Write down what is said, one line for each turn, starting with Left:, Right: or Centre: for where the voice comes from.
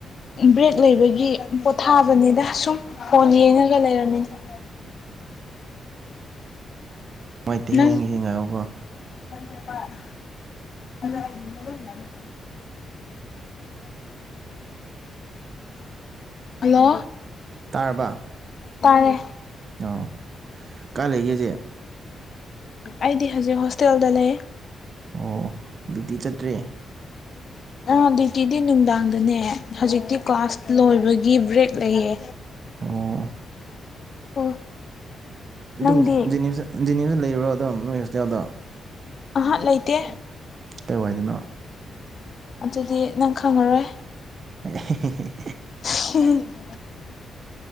Left: ꯕ꯭ꯔꯦꯛ ꯂꯩꯕꯒꯤ ꯄꯣꯊꯥꯕꯅꯤꯗ ꯁꯨꯝ ꯐꯣꯟ ꯌꯦꯡꯉꯒ ꯂꯩꯔꯝꯃꯤꯅꯦ꯫ <unintelligible>
Right: <unintelligible>
Left: ꯅꯪ <unintelligible> <unintelligible> <unintelligible> ꯍꯜꯂꯣ꯫
Right: ꯇꯥꯔꯕ꯫
Left: ꯇꯥꯔꯦ꯫
Right: ꯑ ꯀꯥꯏ ꯂꯩꯒꯦ ꯍꯧꯖꯤꯛ꯫
Left: ꯑꯩꯗꯤ ꯍꯧꯖꯤꯛ ꯍꯣꯁꯇꯦꯜꯗ ꯂꯩ
Right: ꯑꯣ ꯗ꯭ꯌꯨꯇꯤ ꯆꯠꯇ꯭ꯔꯤ
Left: ꯑ ꯗ꯭ꯌꯨꯇꯤꯗꯤ ꯅꯨꯡꯗꯥꯡꯗꯅꯦ ꯍꯧꯖꯤꯛꯇꯤ ꯀ꯭ꯂꯥꯁ ꯂꯣꯏꯕꯒꯤ ꯕ꯭ꯔꯦꯛ ꯂꯩꯌꯦ꯫
Right: ꯑꯣ
Left: ꯑꯣ
Right: ꯑꯗꯨꯝ
Left: ꯅꯪꯗꯤ
Right: ꯖꯦꯅꯤꯝꯁ ꯖꯦꯅꯤꯝꯁꯇ ꯂꯩꯕꯔꯥ ꯑꯗꯨꯝ ꯅꯣꯏ ꯍꯣꯁꯇꯦꯜꯗꯣ꯫
Left: ꯑꯍꯥꯛ ꯂꯩꯇꯦ꯫
Right: ꯀꯥꯏꯋꯥꯏꯗꯅꯣ꯫
Left: ꯑꯗꯨꯗꯤ ꯅꯪ ꯈꯪꯉꯔꯣꯏ꯫
Right: <unintelligible>
Left: <unintelligible>